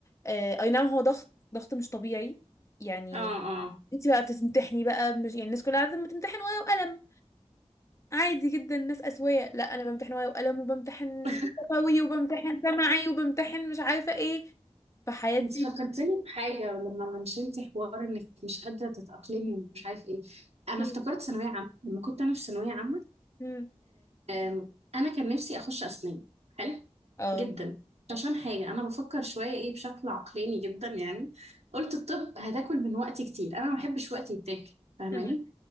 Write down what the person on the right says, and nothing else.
اه اه
<laughs>
انت فكرتني بحاجه لما منشنت حوار انك مش قادره تتاقلمي ومش عارف ايه انا
افتكرت ثانويه عامه لما كنت انا في ثانويه عامه
آم، انا كان نفسي اخش اسنان حلو
جدا عشان حاجه انا بفكر شويه ايه بشكل عقلاني جدا يعني قلت الطب هتاكل من وقتي كتير انا ما بحبش وقتي يتاكل فاهماني